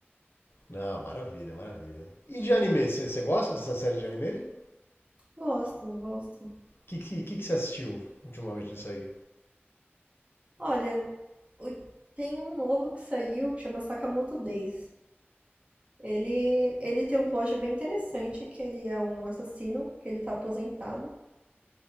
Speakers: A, on the left (about 60°); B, on the right (about 30°).
A: Não, maravilha, maravilha. E de anime, você gosta dessa série de anime? O
B: Gosto, gosto.
A: que, que, que, que você assistiu ultimamente disso aí?
B: Olha, o- tem um novo que saiu que chama Sakamoto Days. Ele, ele tem um plot bem interessante, que ele é um assassino, que ele tá aposentado.